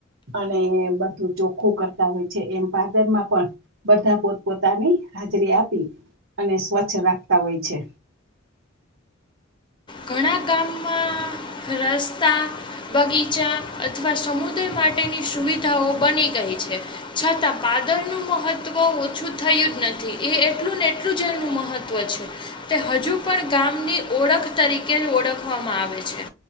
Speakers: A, on the right; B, on the left.
A: અને બધું ચોખ્ખું કરતા હોય છે એમ પાદર માં પણ બધા પોત પોતાની હાજરી આપી અને સ્વચ્છ રાખતા હોય છે
B: ઘણા ગામમાં રસ્તા બગીચા અથવા સમુદ્ર માટે માટેની સુવિધાઓ બની ગઈ છે છતાં પાદર નું મહત્વ ઓછું થયું જ નથી નથી એ એટલું ને એટલું જ એનું મહત્ત્વ છે તે હજુ પણ ગામની ઓળખ તરીકે ઓળખવામાં આવે છે